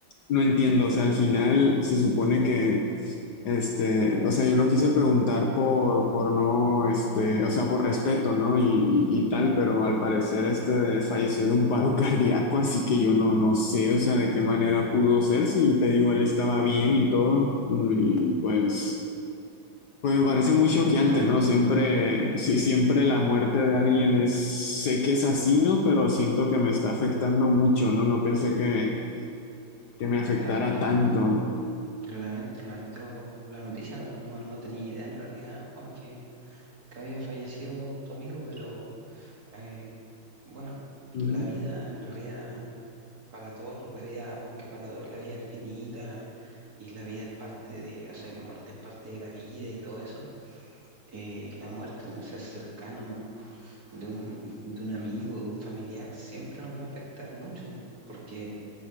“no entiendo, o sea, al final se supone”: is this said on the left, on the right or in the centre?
Left